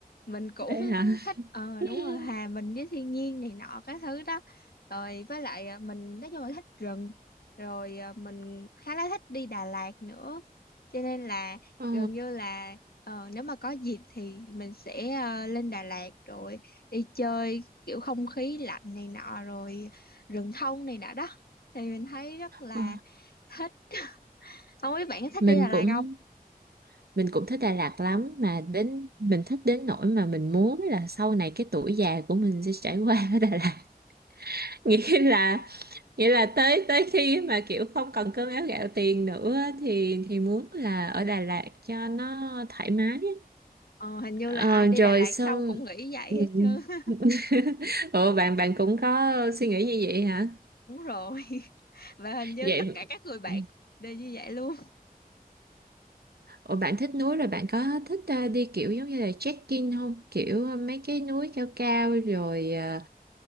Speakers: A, on the left (about 75°); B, on the right (about 90°).
A: mình cũng
B: vậy
A: <laughs>
B: hả
A: thích ờ
B: <laughs>
A: đúng rồi hòa mình với thiên nhiên này nọ các thứ đó rồi với lại ờ, mình nói chung là thích rừng rồi ờ, mình khá là thích đi Đà Lạt nữa cho nên là
B: Ờ,
A: gần như là ờ, nếu mà có dịp thì mình sẽ ờ, lên Đà Lạt rồi đi chơi kiểu không khí lạnh này nọ rồi rừng thông này nọ đó thì mình thấy rất là
B: ờ.
A: thích <laughs> không biết bạn có thích
B: mình
A: đi Đà Lạt
B: cũng
A: không
B: mình cũng thích Đà Lạt lắm mà đến mình thích đến nỗi mà mình muốn là sau này cái tuổi già của mình sẽ trải qua ở Đà Lạt <laughs> nghĩa là Vậy là tới tới khi mà kiểu không còn cơm áo gạo tiền nữa á, thì thì muốn là ở Đà Lạt cho nó thoải mái á.
A: Ờ, hình như
B: Ờ,
A: là ai đi
B: rồi
A: Đà Lạt
B: xong
A: xong cũng nghĩ vậy
B: Ừ.
A: hết trơn <laughs>
B: <laughs> Ủa bạn bạn cũng có suy nghĩ như vậy hả?
A: đúng rồi <laughs> và hình như
B: Vậy
A: tất cả các người bạn
B: ừ.
A: cũng đều như vậy luôn
B: Ủa bạn thích núi rồi bạn có thích ờ, đi kiểu giống như là trekking không? Kiểu ờ, mấy cái núi cao cao rồi ờ,